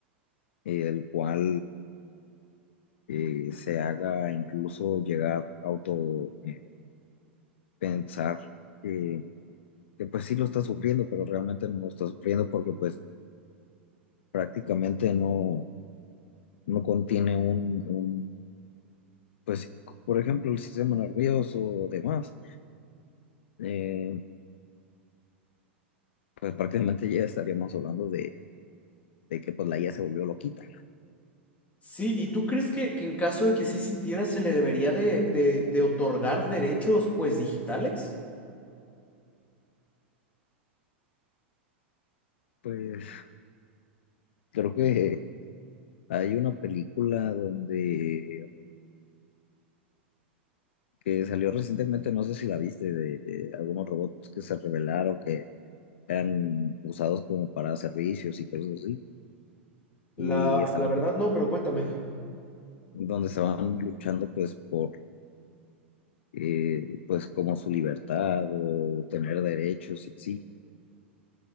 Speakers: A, on the left; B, on the left.
A: eh, el cual eh, se haga incluso llegar a auto eh, pensar eh, que pues sí lo está sufriendo, pero realmente no lo está sufriendo porque pues prácticamente no, no contiene un, un, pues por ejemplo el sistema nervioso o demás, eh, pues prácticamente ya estaríamos hablando de, de que pues la IA se volvió loquita.
B: Sí, ¿y tú crees que, que en caso de que sí sintiera se le debería de, de- de otorgar derechos pues digitales?
A: Pues creo que hay una película donde que salió recientemente, no sé si la viste, de, de algunos robots que se revelaron que eran usados como para servicios y cosas así
B: La,
A: y estaban
B: la verdad no, pero cuéntame.
A: donde estaban luchando pues por eh, pues como su libertad o tener derechos y así.